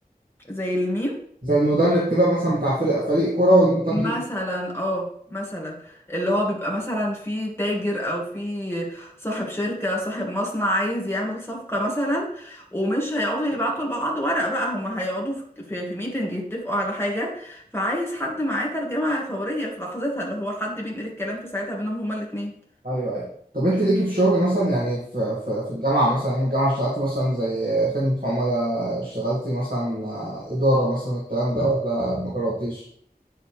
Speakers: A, on the left; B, on the right.
A: زي الميم
B: زي المدرب كده مثلا بتاع فريق فريق كورة والمترجم
A: مثلا اه مثلا اللي هو بيبقى مثلا في تاجر او في صاحب شركة صاحب مصنع عايز يعمل صفقة مثلا ومش هيقعدوا يبعتوا لبعض ورق بقى هم هيقعدوا في في, في ميتنج يتفقوا على حاجة فعايز حد معاه ترجمة فورية في لحظتها اللي هو حد بينقل الكلام في ساعتها بينهم هما الاتنين
B: ايوه ايوه طب انت ليكي في شغل مثلا يعني في في, في الجامعه مثلا ايام الجامعه اشتغلت مثلا زي خدمه عملاء اشتغلتي مثلا آه، اداره مثلا الكلام ده ولا ما جربتيش؟